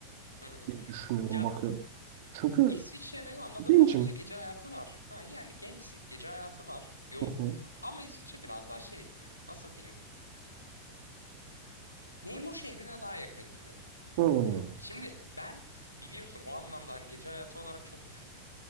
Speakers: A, on the left (about 85°); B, on the right (about 50°).
A: Hı.
B: e, diye düşünüyorum
A: Ya
B: bakıyorum. Çünkü
A: İsviçre'nin anladığım
B: gencim.
A: kadarıyla gece hayatı var. Ha, yani gençsin. Gece hayatı var. Yoğun.
B: Hı hı.
A: Ama İsviçre biraz daha şey nasıl diyeyim. Memur şehrine daha yakın gibi.
B: Hı.
A: Şimdi ben biliyorsun o anlamda hani gece hayatı olarak çok